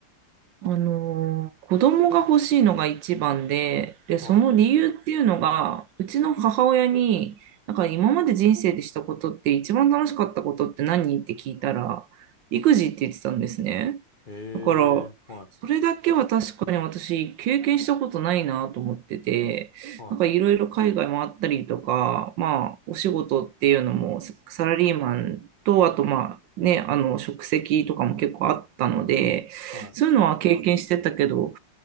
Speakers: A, on the right (about 75°); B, on the left (about 35°).
A: あのー子供が欲しいのが一番で、で、
B: はい。
A: その理由っていうのが、うちの母親に、なんか今まで人生でしたことって一番楽しかったことって何って聞いたら、育児って言ってたんですね。
B: へ
A: だから、
B: え、は
A: それだけは確かに私経験したことないなと思ってて、
B: い、は
A: なんかいろいろ海外もあったりとか、まあ、お仕事っていうのもサラリーマンと、あとまあ、ね、あの、職責とかも結構あったので、
B: い、はい。
A: そういうのは経験してたけど、